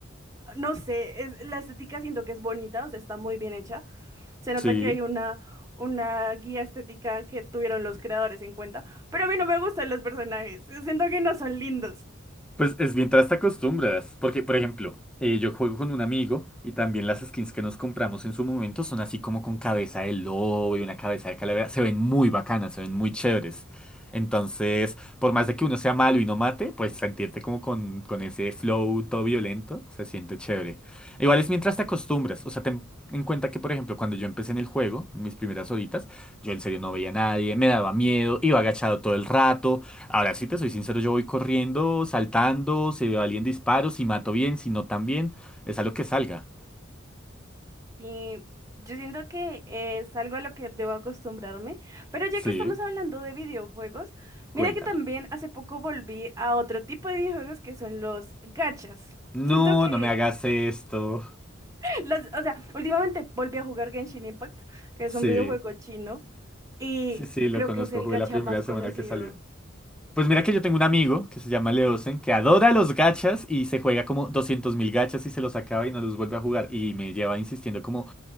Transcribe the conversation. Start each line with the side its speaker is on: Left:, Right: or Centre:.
Right: no sé, es, la estética siento que es bonita, o sea, está muy bien hecha. Se nota
Centre: sí.
Right: que hay una, una guía estética que tuvieron los creadores en cuenta, pero a mí no me gustan los personajes, siento que no son lindos.
Centre: Pues es mientras te acostumbras, porque por ejemplo, eh, yo juego con un amigo y también las skins que nos compramos en su momento son así como con cabeza de lobo y una cabeza de calavera, se ven muy bacanas, se ven muy chéveres. Entonces, por más de que uno sea malo y no mate, pues sentirte como con, con ese flow todo violento se siente chévere. Igual es mientras te acostumbras, o sea, ten en cuenta que por ejemplo cuando yo empecé en el juego, mis primeras horitas, yo en serio no veía a nadie, me daba miedo, iba agachado todo el rato. Ahora, si te soy sincero, yo voy corriendo, saltando, se valían disparos, si mato bien, si no tan bien, es a lo que salga.
Right: Y yo siento que es algo a lo que debo acostumbrarme. Pero ya
Centre: Sí,
Right: que estamos hablando de videojuegos, mira
Centre: cuéntame.
Right: que también hace poco volví a otro tipo de videojuegos que son los gachas.
Centre: No,
Right: Siento que
Centre: no me hagas esto.
Right: <laughs> los, o sea, últimamente volví a jugar Genshin Impact, que es
Centre: Sí,
Right: un videojuego chino, y
Centre: sí, sí, lo
Right: creo
Centre: conozco,
Right: que es el
Centre: jugué
Right: gacha
Centre: la primera
Right: más conocido.
Centre: semana que salió. Pues mira que yo tengo un amigo que se llama Leosen, que adora los gachas y se juega como 200 mil gachas y se los acaba y no los vuelve a jugar. Y me lleva insistiendo como